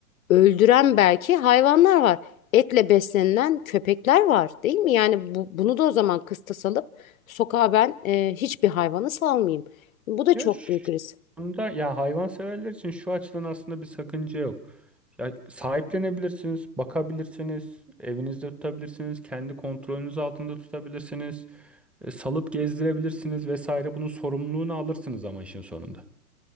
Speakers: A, on the left (about 55°); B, in the centre.
A: öldüren belki hayvanlar var. Etle beslenilen köpekler var, değil mi? Yani bu, bunu da o zaman kıstas alıp sokağa ben e, hiçbir hayvanı salmayayım. Bu da
B: Ya
A: çok
B: şu
A: büyük risk.
B: anda ya hayvanseverler için şu açıdan aslında bir sakınca yok. Ya sahiplenebilirsiniz, bakabilirsiniz, evinizde tutabilirsiniz, kendi kontrolünüz altında tutabilirsiniz, e, salıp gezdirebilirsiniz vesaire. Bunun sorumluluğunu alırsınız ama işin sonunda.